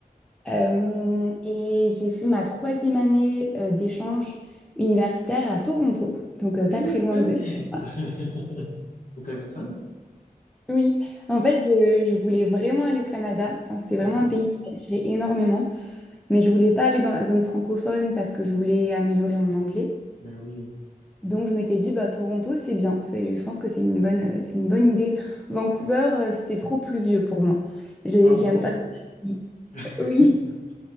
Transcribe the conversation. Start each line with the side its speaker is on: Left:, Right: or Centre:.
Centre: Euh, et j'ai fait ma troisième année euh, d'échange universitaire à Toronto, donc euh, pas
Left: Eh
Centre: très loin
Left: ben!
Centre: de toi.
Left: <laughs> Intéressant.
Centre: Oui, en fait, je, je voulais vraiment aller au Canada. Enfin, c'est vraiment
Left: Uh-huh.
Centre: un pays qui m'attirait énormément, mais je voulais pas aller dans la zone francophone parce que je voulais améliorer mon anglais.
Left: Ben oui.
Centre: Donc, je m'étais dit, bah, Toronto, c'est bien. C'est- Je pense que c'est une bonne, euh, c'est une bonne idée. Vancouver, euh, c'était trop pluvieux pour moi. J'ai-
Left: Ah bon?
Centre: J'aime pas trop la pluie.
Left: <laughs>
Centre: Oui,